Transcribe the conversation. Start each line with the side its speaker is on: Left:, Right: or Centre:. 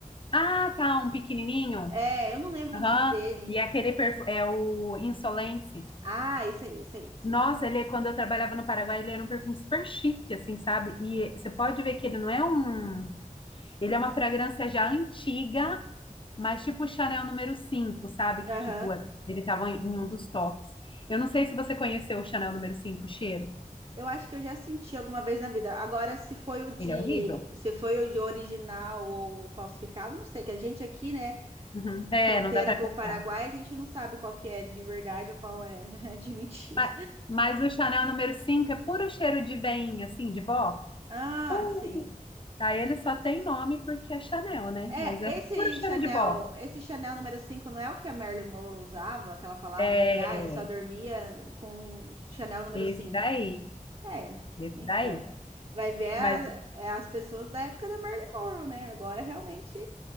Left: Ah, tá, um pequenininho.
Right: É, eu não lembro
Left: Aham.
Right: o nome dele.
Left: E aquele perfume, é o Insolence.
Right: Ah, esse aí, esse aí, esse
Left: Nossa,
Right: aí.
Left: ele, quando eu trabalhava no Paraguai, ele era um perfume super chique, assim, sabe? E você pode ver que ele não é um Ele é uma fragrância já antiga, mas tipo Chanel número 5, sabe? Que
Right: Aham.
Left: tipo, é- ele tava em em um dos tops. Eu não sei se você conheceu o Chanel número 5 o cheiro.
Right: Eu acho que eu já senti alguma vez na vida. Agora, se foi o de,
Left: Ele é horrível.
Right: se foi o de original ou falsificado, não sei, que a gente aqui, né,
Left: Uhum. É,
Right: fronteira
Left: não dá pra
Right: com
Left: comprar.
Right: o Paraguai, a gente não sabe qual que é de verdade ou qual é <laughs> de mentira.
Left: Mas, mas o Chanel número 5 é puro cheiro de veinha, assim, de vó.
Right: Ah,
Left: Puro.
Right: sim.
Left: Aí ele só tem nome porque é Chanel, né?
Right: É,
Left: Mas é
Right: esse
Left: puro cheiro
Right: Chanel,
Left: de vó.
Right: esse Chanel número cinco não é o que a Marilyn Monroe usava, que ela falava
Left: É,
Right: que ah, eu só dormia com Chanel número
Left: esse
Right: cinco.
Left: daí,
Right: É,
Left: esse
Right: então.
Left: daí.
Right: Vai ver a-
Left: Mas
Right: é as pessoas da época da Marilyn Monroe, né? Agora realmente.